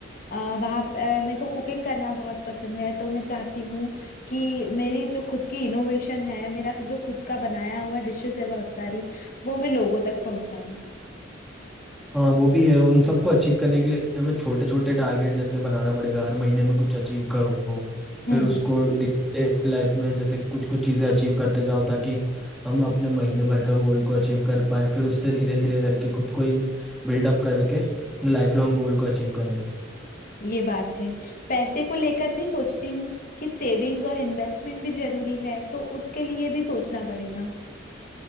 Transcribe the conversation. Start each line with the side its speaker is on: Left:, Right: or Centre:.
Left: आ, वहाँ प- अ, मेरे को कुकिंग करना बहुत पसंद है तो मैं चाहती हूँ कि मेरी जो खुद की इनोवेशन है मेरा जो खुद का बनाया हुआ डिशेस है बहुत सारी वो मैं लोगों तक पहुँचाऊँ
Centre: हाँ वो भी है उन सबको अचीव करने के लिए हमें छोटे छोटे टारगेट जैसे बनाना पड़ेगा हर महीने में कुछ अचीव करो
Left: हम्म
Centre: फिर उसको डे टू डे लाइफ में जैसे कुछ कुछ चीजें अचीव करते जाओ ताकि हम अपने महीने भर का गोल को अचीव कर पाए फिर उससे धीरे धीरे करके खुद को ही बिल्डअप करके लाइफ लॉन्ग गोल को अचीव करें
Left: ये बात है पैसे को लेकर भी सोचती हूँ कि सेविंग्स और इन्वेस्टमेंट भी जरूरी है तो उसके लिए भी सोचना पड़ेगा